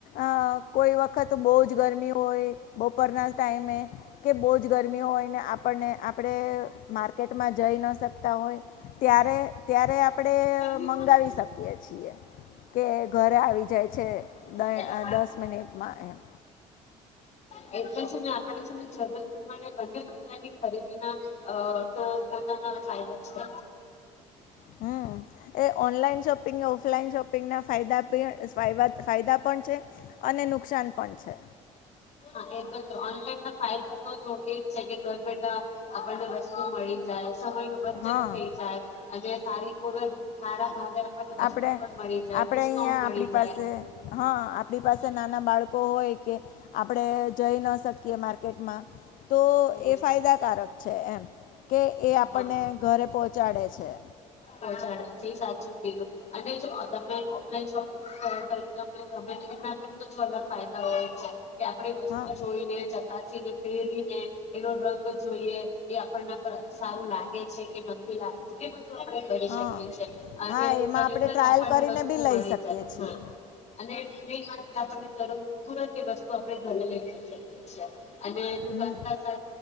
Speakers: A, on the left (about 60°); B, on the left (about 45°).
A: અ કોઈ વખત બહુ જ ગરમી હોય બપોરના ટાઈમે કે બહુ જ ગરમી હોય ને આપણને આપણે માર્કેટમાં જઈ ન શકતા હોય ત્યારે ત્યારે આપણે
B: ત
A: મંગાવી
B: <inaudible>
A: શકીએ કે ઘરે આવી જાય છે
B: હા
A: દ દસ મિનિટમાં એમ
B: એટલે છે ને આપે છેને જરૂર પ્રમાણે બંને પ્રકારની ખરીદીના તો પોતાના ફાયદા છે જ.
A: હમ એ ઓનલાઈન શોપિંગ ઓફલાઈન શોપિંગ ના ફાયવફા ફાયદા પણ છે અને નુકસાન પણ છે.
B: હા એ તો ઓનલાઈન ના ફાયદા તો જો એજ છે કે ઘર બેઠા આપણને વસ્તુ મળી જાય સમય નુ બચત
A: હા
B: થઈ જાય. હજુ સારી કય વ સારા ભાવે આપણને વસ્તુ
A: આપણે
B: પણ મળી જાય
A: આપડે
B: ડિસ્કાઉન્ટ
A: અહિયાં
B: મળી
A: આપડી
B: જાય
A: પાસે હા આપણી
B: હા
A: પાસે નાના બાળકો હોય કે આપ આપણે જઈ ન શકીએ માર્કેટમાં તો
B: હમ
A: એ ફાયદાકારક છે એમ કે એ આપણને
B: હા
A: ઘરે પહોંચાડે છે.
B: પહોંચાડે જે સાચું કીધું અને જો તમે ઓફલાઈન શોપિંગ તમને ગમે એના પણ તો છ અલગ ફાયદા હોય જ છે. કે આપણેે વસ્તુ
A: હા
B: જોઈને ચકાસીને પહેરીને એનો રંગ જોઈએ એ આપણના સારું લાગે છે કે નથી લાગતું કે આપણે કરી
A: હા
B: શકીએ છી અને
A: હા એમાં
B: તરત
A: આપણે ટ્રાયલ
B: જ આપણને
A: કરીને
B: વસ્તુ
A: બી લઈ
B: મળી
A: શકીએ
B: જાય
A: છીએ
B: અને મે વાત આપને તરણ તુરત એ વસ્તુ આપણે ઘરે લઈ જઈ શકીએ છીએ અને દુકાન
A: હમ
B: સાથે